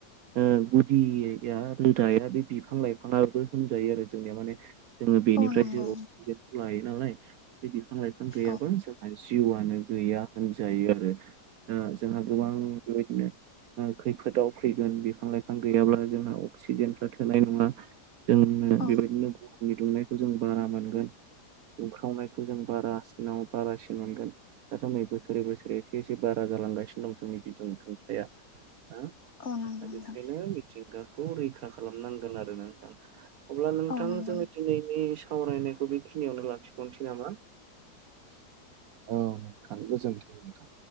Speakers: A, on the right; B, on the left.
A: ओ गुदिया रोदाया बे बिफां लाइफाङाबो होनजायो आरो जोंनिया माने जोङो बेनिफ्रायसो
B: औ नंगौ
A: अक्सिजेनखौ लायो नालाय बे बिफां लाइफां गैयाबा
B: औ
A: जों जिउआनो गैया होनजायो आरो दा जोंहा गोबां बेबायदिनो ओ खैफोदाव फैगोन बिफां लाइफां गैयाब्ला जोंहा अक्सिजेनफ्रा थोनाय नङा जोंनो
B: औ
A: बेबायदिनो गोहोनि दुंनायखौ जों बारा मोनगोन दुंखावनायखौ जों बारासिनाव बारासिन मोनगोन दाथ' नै बोसोरै बोसोरै एसे एसे बारा जालांगासिनो दं जोंनि बिुदुंनि दुंथाया दा
B: औ नंगौ
A: बेखायनो
B: नोंथां
A: मिथिंगाखौ रैखा खालामनांगोन आरो ना नोंथां अब्ला नोंथां
B: औ नंगौ
A: जोङो दिनैनि सावरायनायखौ बेखिनियावनो लाखिथ'नोसै नामा औ नोंथां गोजोनथों नोंथां